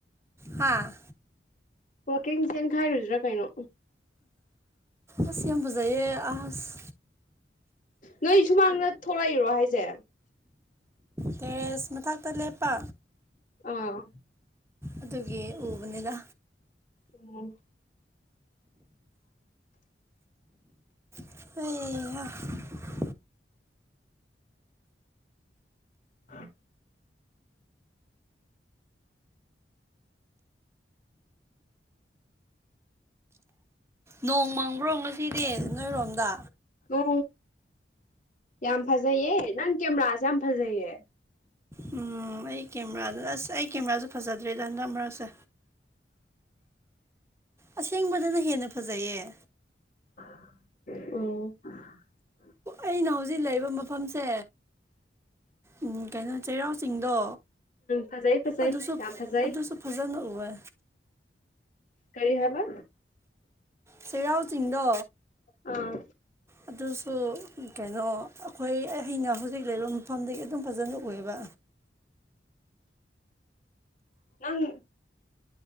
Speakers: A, on the right; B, on the left.
A: ꯍꯥꯥ
B: ꯋꯥꯋꯀꯤꯡ ꯆꯦꯟ ꯈꯥꯏꯔꯨꯗ꯭ꯔꯥ ꯀꯩꯅꯣ
A: ꯑꯁꯤ ꯌꯥꯝꯕꯖꯥꯏꯌꯦ ꯑꯍꯁ
B: ꯅꯣꯏ ꯁꯨꯃꯥꯡꯗ ꯊꯣꯛꯂꯛꯏꯔꯣ ꯍꯥꯏꯁꯦ
A: ꯇ꯭ꯔꯦꯁ ꯃꯊꯛꯇ ꯂꯦꯞꯄ
B: ꯑꯥ
A: ꯑꯗꯨꯒꯤ ꯎꯕꯅꯤꯗ
B: ꯎꯝ
A: ꯑꯦ
B: ꯑ
A: ꯅꯣꯡ ꯃꯪꯕ꯭ꯔꯣ ꯉꯁꯤꯗꯤ ꯅꯣꯏꯔꯣꯝꯗ
B: ꯎ ꯌꯥꯝ ꯐꯖꯩꯌꯦ ꯅꯪ ꯀꯦꯃꯦꯔꯥꯁꯦ ꯌꯥꯝ ꯐꯖꯩꯌꯦ
A: ꯎꯝ ꯑꯩ ꯀꯦꯃꯦꯔꯥꯗꯨ ꯑꯁ ꯑꯩ ꯀꯦꯃꯦꯔꯥꯁꯨ ꯐꯖꯗ꯭ꯔꯦꯗ ꯍꯟꯗꯛ ꯃꯔꯛꯁꯦ ꯑꯁꯦꯡꯕꯗꯅ ꯍꯦꯟꯅ ꯐꯖꯩꯌꯦ
B: ꯑꯣ
A: ꯑꯩꯅ ꯍꯧꯖꯤꯛ ꯂꯩꯔꯤꯕ ꯃꯐꯝꯁꯦ ꯎꯝ ꯀꯩꯅꯣ ꯆꯩꯔꯥꯎ ꯆꯤꯡꯗꯣ
B: ꯐꯖꯩ ꯐꯖꯩ
A: ꯑꯗꯨꯁꯨ
B: ꯌꯥꯝ ꯐꯖꯩ
A: ꯑꯗꯨꯁꯨꯣ ꯐꯖꯪ ꯎꯦ
B: ꯀꯔꯤ ꯍꯥꯂ
A: ꯆꯩꯔꯥꯎ ꯆꯤꯡꯗꯣ
B: ꯑꯥ
A: ꯑꯗꯨꯁꯨ ꯀꯩꯅꯣ ꯑꯩꯈꯣꯏ ꯑꯩꯅ ꯍꯧꯖꯤꯛ ꯂꯩꯔꯤꯕ ꯃꯐꯝꯗꯒꯤ ꯑꯗꯨꯝ ꯐꯖꯅ ꯎꯌꯦꯕ
B: ꯅꯪ